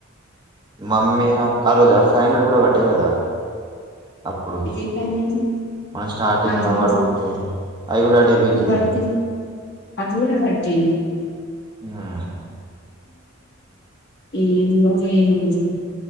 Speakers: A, on the right; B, on the left.
A: మామ్మీ ఆ రోజా హండ్రెడ్ కూడా వడ్డే కదా అప్పుడు
B: ఏ టైం లేదు.
A: మనం స్టార్టింగ్లో
B: ఆ అవును.
A: వాడు పట్టింది అవి కూడా అడేవికి
B: ఇప్పుడు పడుతుంది
A: నేను
B: అది కూడా కెటే
A: ఆ
B: ఏందో ఏనుగుల